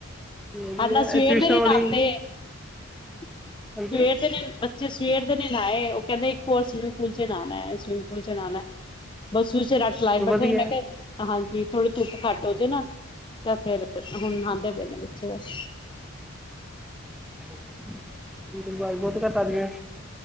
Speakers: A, in the centre; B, on the left (about 20°).
A: ਨੇ ਵਧੀਆ
B: ਅੱਜ ਨਾ ਸਵੇਰ
A: ਇਹ ਟਿਊਸ਼ਨ
B: ਦੇ
A: ਵਾਲੀ
B: ਨਾਤੇ ਸਵੇਰ
A: ਹਾਂਜੀ
B: ਦੇ ਬੱਚੇ ਸਵੇਰ ਦੇ ਨੀ ਨਾਏ ਕਹਿੰਦੇ ਇੱਕ ਹੋਰ ਸਵੀਮਿੰਗ ਪੂਲ ਚ ਨਹਾਣਾ ਸਵਿਮਿੰਗ ਪੂਲ ਚ ਨਹਾਣਾ <inaudible> ਰੱਟ ਲਾਏ ਬੈਠੇ
A: ਵਧੀਆ
B: ਮੈਂ
A: ਹੈ।
B: ਕਿਹਾ ਹਾਂਜੀ ਥੋੜੀ ਧੁੱਪ ਘੱਟ ਨਾ ਤਾਂ ਫੇਰ ਹੁਣ ਆਂਦੇ ਪਏ ਨੇ ਪਿੱਛੇ ਬਸ
A: ਲੇਕਿਨ ਆਵਾਜ਼ ਬਹੁਤ ਘੱਟ ਆ ਰਹੀ ਆ